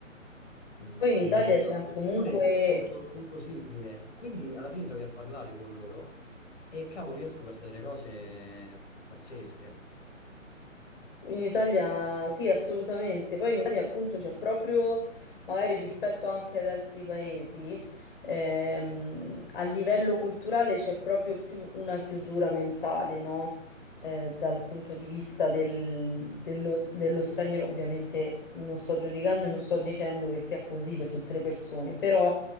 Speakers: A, on the left; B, on the left.
A: mm,
B: Poi in Italia
A: ma sei una
B: c'è
A: posizione
B: comunque
A: molto, molto simile. Quindi alla fine ti trovi a parlare con loro e cavolo, io ho scoperto delle cose pazzesche.
B: In Italia sì, assolutamente. Poi in Italia appunto c'è proprio, magari rispetto anche ad altri paesi, ehm, a livello culturale c'è proprio più una chiusura mentale, no? Eh, dal punto di vista del- dello, dello straniero. Ovviamente non sto giudicando e non sto dicendo che sia così per tutte le persone, però